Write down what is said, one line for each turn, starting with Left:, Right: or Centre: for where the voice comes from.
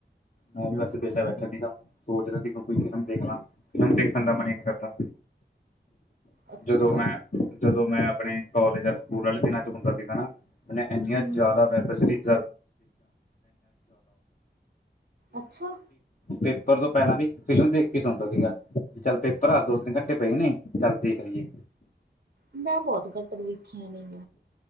Left: ਮੈਂ ਵੀ ਬਸ ਵੇਲਾ ਬੈਠਾ ਸੀਗਾ। ਸੋਚਦਾ ਕੋਈ ਫਿਲਮ ਦੇਖਲਾ ਫਿਲਮ ਦੇਖ ਦਾ ਮਨ ਨਹੀ ਕਰਦਾ।
Right: ਅੱਛਾ
Left: ਜਦੋਂ ਮੈਂ ਜਦੋਂ ਮੈਂ ਆਪਣੇ ਕੋਲਜ ਜਾਂ ਸਕੂਲ ਵਾਲੇ ਦਿਨਾਂ ਚ ਹੁੰਦਾ ਸੀਗਾ ਨਾ ਮੈਂ ਇੰਨੀਆਂ
Right: ਹੂੰ
Left: ਜ਼ਿਆਦਾ ਮੈ <unintelligible>
Right: ਅੱਛਾ
Left: ਪੇਪਰ ਤੋਂ ਪਹਿਲਾਂ ਵੀ ਫਿਲਮ ਦੇਖ ਕੇ ਸੋਂਦਾ ਸੀਗਾ ਚੱਲ ਪੇਪਰ ਆ ਦੋ ਤਿੰਨ ਘੰਟੇ ਪਏ ਨੇ ਚੱਲ ਦੇਖ ਲਈਏ।
Right: ਮੈਂ ਬਹੁਤ ਘੱਟ ਵੇਖੀਆਂ ਨੇ।